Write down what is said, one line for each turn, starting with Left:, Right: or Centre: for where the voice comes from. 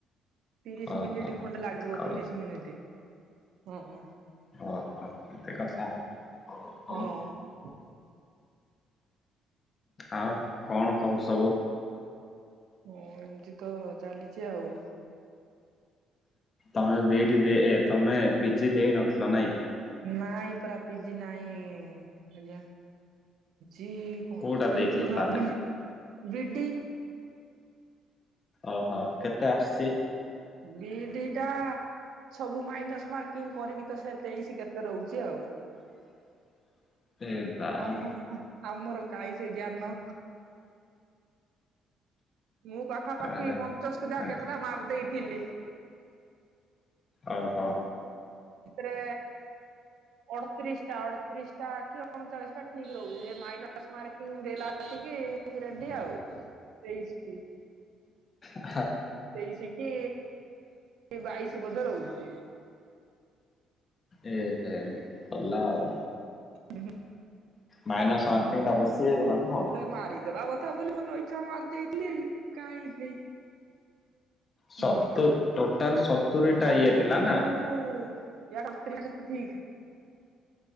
Right: ତିରିଶ
Left: ଓହୋ
Right: ମିନିଟ ଖଣ୍ଡେ ଲାଗିବ
Left: ଆଉ
Right: ତିରିଶ ମିନିଟ୍ ହଁ।
Left: ହ ହୋ ଏତେ କଥା ଓ ହ।
Right: ହୁଁ।
Left: ଆଉ କଣ ଖବର ସବୁ?
Right: ହଁ ଏମିତି ତ ଚାଲିଛି ଆଉ।
Left: ତମେ ବିଡ ତମେ ପିଜି ଦେଇ ନଥିଲ ନାଇଁ କି।
Right: ନାଇଁ ପରା ପିଜି ନାଇଁ ଆଜ୍ଞା। ଯ କଣ
Left: କୋଉଟା
Right: କରିବି
Left: ଦେଇଥିଲ
Right: ବୋଲି ଭାବିନି
Left: ତାହେଲେ
Right: ବିଡି
Left: ଓହୋ କେତେ ଆସଛି।
Right: ବିଡି ଟା ସବୁ ମାଇନସ ମାର୍କିଂ କରିକି ତ ସେ ତେଇଶ କେତେ ରହୁଛି ଆଉ।
Left: <inaudible> ଏ ବା
Right: ଆମର ଆମର କାହିଁ ସେ ଜ୍ଞାନ। ମୁଁ ପାଖାପାଖି
Left: ଆରେ
Right: ପଞ୍ଚଶ ଟା
Left: ଆରେ
Right: କେତେଟା ମାରି ଦେଇେଇଥିଲି।
Left: ଓ ହୋ।
Right: ଏପରେ ଅଠତିରିଶ ଟା ଅଠତିରିଶ ଟା କି ଅଣଚାଳିଶ ଟା ଠିକ ରହୁଛି ସେ ମାଇସ ମାର୍କିଂ ଦେଲା କିଏ ରେଡି ଆଉ ତେଇଶି କି
Left: ହ <inaudible>
Right: ତେଇଶି କି ବାଇଶି ବୋଧେ ରହୁଛି।
Left: ଏ ହେ ଗଲା ଆଉ।
Right: ଉହୁଁ।
Left: ମାଇନସ୍ ୱାର୍କିଂ
Right: ଉହୁଁ
Left: ଟା ବେଶୀ ହେଇଗଲା ନା କଣ?
Right: ଗୋଟେ ମାରିଦବା କଥା ବୋଲି ମନ ଇଛା ମାରି ଦେଇଥିଲେ କାଇଁ ହେଇ
Left: ସତୁରି
Right: ହୁଁ
Left: ଟୋଟାଲ ସତୁରିଟା
Right: ହଁ
Left: ଇଏ
Right: ବଧେ
Left: ଥିଲା ନା
Right: ବେଳକୁ ଇଆଡ଼ ସ୍ତ୍ରୀ ସାଥେ ପ୍ରୀତି